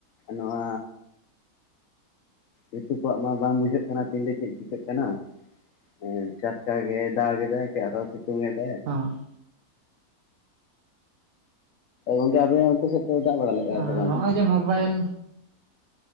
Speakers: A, on the left; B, on the right.
A: ᱱᱚᱣᱟ ᱨᱤᱛᱩ ᱠᱚᱣᱟᱜ ᱢᱟ ᱵᱟᱝ ᱵᱩᱡᱷᱟᱹᱜ ᱠᱟᱱᱟ, ᱛᱤᱱ ᱨᱮ ᱪᱮᱫ ᱪᱤᱠᱟᱹᱜ ᱠᱟᱱᱟ ᱦᱮᱸ ᱴᱟᱴᱠᱟ ᱜᱮ ᱫᱟᱜ ᱮᱫᱟᱭ ᱡᱮ ᱟᱨᱚ ᱥᱤᱛᱩᱝ ᱮᱫᱟᱭ
B: ᱦᱚᱸ
A: ᱜᱚᱝᱠᱮ ᱟᱯᱮ ᱚᱱᱛᱮ ᱥᱮᱫ ᱯᱮ ᱫᱟᱜ ᱵᱟᱲᱟ ᱞᱮᱜᱟᱭ
B: ᱟᱨ
A: ᱥᱮ ᱵᱟᱝ
B: ᱱᱚᱜᱼᱚᱭ ᱡᱮ ᱢᱳᱵᱟᱭᱤᱞ